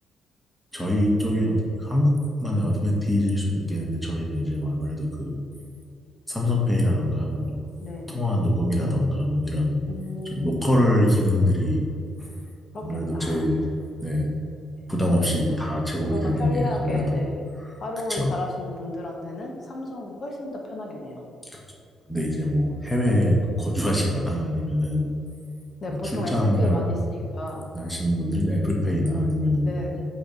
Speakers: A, in the centre; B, on the left.
A: 저희 쪽에 어드- 한국만의 어드밴티지일 수는 있겠는데, 저희는 이제 아무래도 그 삼성페이라던가 뭐
B: 네네.
A: 통화 녹음이라던가 뭐 이런
B: 음,
A: 좀 로컬 기능들이
B: 그렇겠다.
A: 아무래도 제일 네,
B: 네.
A: 부담 없이 다 제공이
B: 그런
A: 되는
B: 거 편리하게,
A: 게 아무래도
B: 네. 활용을
A: 그쵸.
B: 잘 하시는 분들한테는 삼성이 훨씬 더 편하겠네요.
A: 그쵸. 근데 이제 뭐 해외 거주하시거나 아니면은
B: 네,
A: 뭐
B: 보통
A: 출장이나
B: 애플페이 많이 쓰니까.
A: 하시는 분들은 애플페이나 아니면은
B: 네.
A: 뭐